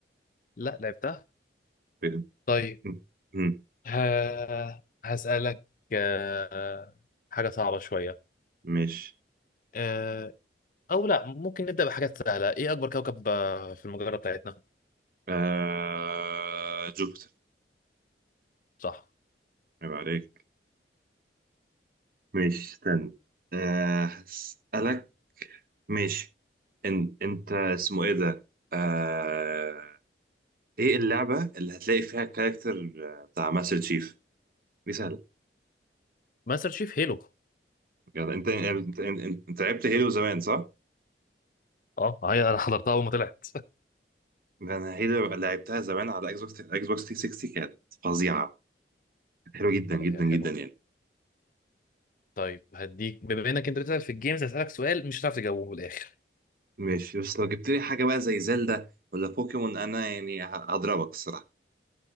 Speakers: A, on the left (about 50°); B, on the right (about 55°).
A: لا لعبتها
B: م-
A: طيب
B: م-
A: ها هسألك آه حاجة صعبة شوية
B: ماشي
A: آه أو لا ممكن نبدأ بحاجات سهلة إيه أكبر كوكب آه، في المجرة بتاعتنا؟
B: آه... جوبيتر
A: صح
B: عيب عليك ماشي استنى آه... هسألك ماشي ان... انت اسمه ايه ده؟ آه... ايه اللعبة اللي هتلاقي فيها الكاركتر بتاع ماستر تشيف؟ دي سهلة
A: ماستر شيف هيلو
B: يعني انت انت انت, انت لعبت هيلو زمان صح؟
A: أه هي أنا حضرتها أول ما طلعت
B: ده انا هيلو لعبتها زمان على اكس بوكس اكس بوكس 360 كانت فظيعة كانت حلوة جدا
A: <laughs>
B: جدا
A: لا هي حلوة
B: جدا يعني
A: طيب هديك بما إنك أنت بتسأل في الجيمز هسألك سؤال مش هتعرف تجاوبه من الآخر
B: ماشي بس لو جبت لي حاجة بقى زي زلدا ولا بوكيمون انا يعني ه- هضربك الصراحة